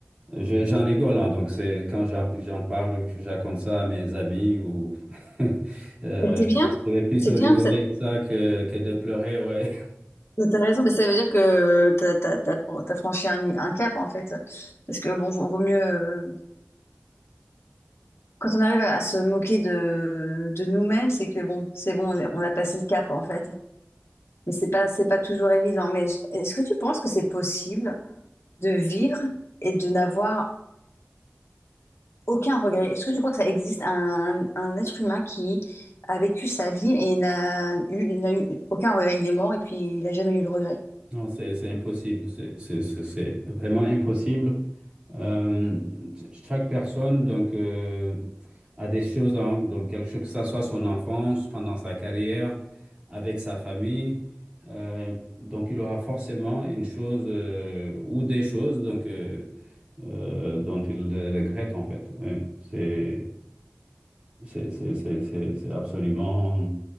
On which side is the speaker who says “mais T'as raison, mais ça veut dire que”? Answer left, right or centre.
Left